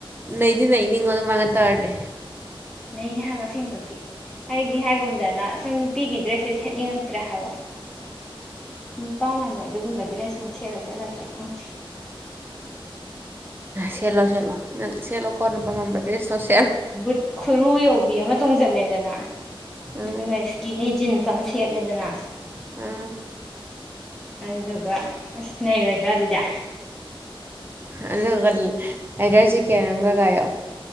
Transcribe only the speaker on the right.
ꯅꯩꯗꯤ ꯅꯩꯅꯤꯡꯉꯣ ꯑꯗꯨꯃꯥꯏꯅ ꯇꯧꯔꯗꯤ
ꯁꯦꯠꯂꯣ ꯁꯦꯠꯂꯣ ꯅꯪ ꯁꯦꯜꯂ ꯀꯣ ꯅꯨ ꯄꯄꯥꯃꯝꯕ ꯗ꯭ꯔꯦꯇꯣ ꯁ
ꯎꯝ
ꯎꯝ
ꯑꯗꯨꯒ ꯂꯦꯗꯔ ꯖꯦꯀꯦꯠ ꯑꯝꯒ ꯀꯌꯣ